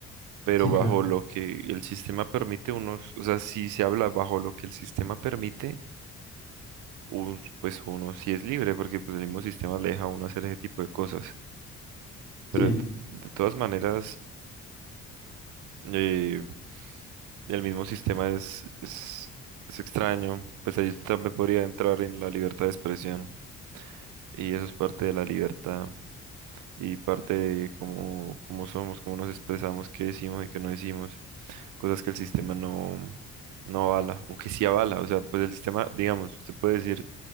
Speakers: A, on the right; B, on the left.
A: pero
B: Sí,
A: bajo
B: claro,
A: lo que el sistema permite, unos, o sea, si se habla bajo lo que el sistema permite, un- pues uno sí es libre, porque pues el mismo sistema le deja a uno hacer ese tipo de cosas. Pero
B: sí,
A: de, t- de todas maneras, eh, el mismo sistema es, es, es extraño, pues ahí también podría entrar en la libertad de expresión, y eso es parte de la libertad. Y parte de cómo, cómo somos, cómo nos expresamos, qué decimos y qué no decimos. cosas que el sistema no, no avala o que sí avala. O sea, pues el sistema, digamos, usted puede decir